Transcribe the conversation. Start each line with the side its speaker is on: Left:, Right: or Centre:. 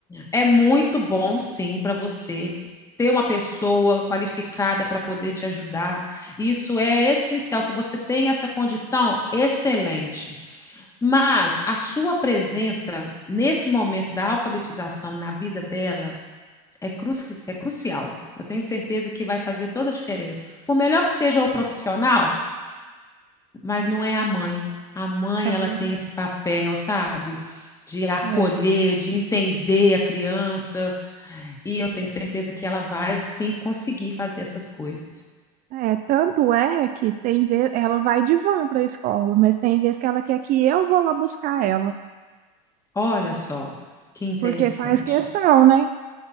Left: é muito bom, sim, para você ter uma pessoa qualificada para poder te ajudar. Isso é essencial. Se você tem essa condição, excelente. Mas a sua presença nesse momento da alfabetização na vida dela é, cru é crucial. Eu tenho certeza que vai fazer toda a diferença. Por melhor que seja o profissional mas não é a mãe. A mãe,
Right: É
Left: ela
Right: verdade.
Left: tem esse papel, sabe? De acolher,
Right: É.
Left: de entender a criança. E eu tenho certeza que ela vai sim conseguir fazer essas coisas.
Right: É, tanto é que tem vez, ela vai de van para a escola, mas tem vez que ela quer que eu vou lá buscar ela,
Left: Olha só, que interessante.
Right: porque faz questão, né?